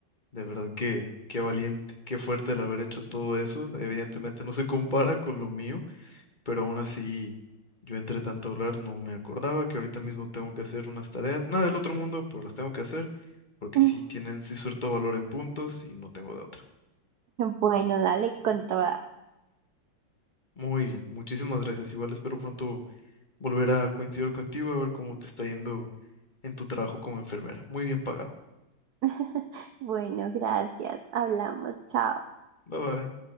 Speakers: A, on the left (about 25°); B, on the right (about 65°).
A: De verdad que qué valiente, qué fuerte el haber hecho todo eso. Evidentemente no se compara con lo mío, pero aún así yo entre tanto hablar no me acordaba que ahorita mismo tengo que hacer unas tareas, nada del otro mundo, pero las tengo que hacer porque
B: <laughs>
A: sí tienen, sí suelto valor en puntos y no tengo de otra.
B: Bueno, dale con toda.
A: Muy bien, muchísimas gracias. Igual espero pronto volver a coincidir contigo a ver cómo te está yendo en tu trabajo como enfermera. Muy bien pagado.
B: <laughs> Bueno, gracias. Hablamos. Chao.
A: Bye bye.